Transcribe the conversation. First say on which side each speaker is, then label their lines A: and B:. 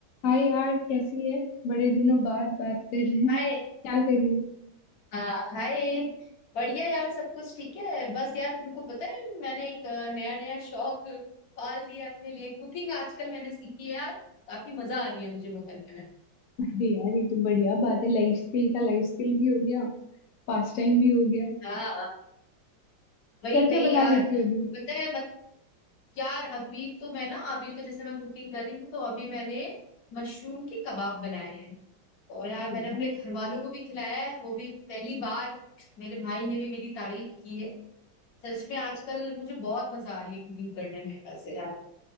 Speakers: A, on the left; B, on the left.
A: हाय यार कैसी है बड़े दिनों बाद बात कर रहे हैं
B: हाय
A: क्या कर रही हो
B: हाँ हाय बढ़िया यार सब कुछ ठीक है बस यार तुमको पता है मैंने एक अ, नया नया शौक पाल लिया अपने लिए कुकिंग आजकल मैंने सीखी है यार काफी मजा आ रही है मुझे वो करने में
A: अरे यार ये तो बढ़िया बात है लाइफ स्किल का लाइफ स्किल भी हो गया पास टाइम भी हो गया
B: हाँ वही
A: क्या क्या
B: वही
A: बना
B: यार
A: लेती हो अभी
B: पता है मत, यार अभी तो मैं ना अभी तो जैसे मैं कुकिंग कर रही हूँ तो अभी मैंने मशरूम के कबाब बनाए हैं और यार
A: अरे
B: मैंने अपने
A: वाह
B: घर वालों को भी खिलाया है वो भी पहली बार मेरे भाई ने भी मेरी तारीफ की है सच में आजकल मुझे बहुत मजा आ रही है कुकिंग करने में वैसे यार